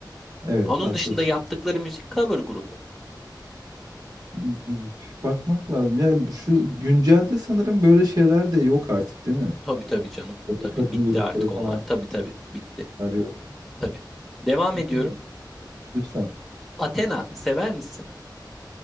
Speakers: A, on the right (about 55°); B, in the centre.
A: Evet,
B: Onun
A: haklısın.
B: dışında yaptıkları müzik cover grubu.
A: Bir bakmak lazım. Yani şu güncelde sanırım böyle şeyler de yok artık, değil mi?
B: Tabii tabii canım.
A: Böyle
B: Tabii
A: kadın
B: bitti
A: grupları
B: artık onlar.
A: falan.
B: Tabii tabii bitti.
A: Her yok.
B: Tabii. Devam ediyorum.
A: Evet, lütfen. <laughs>
B: Athena sever misin?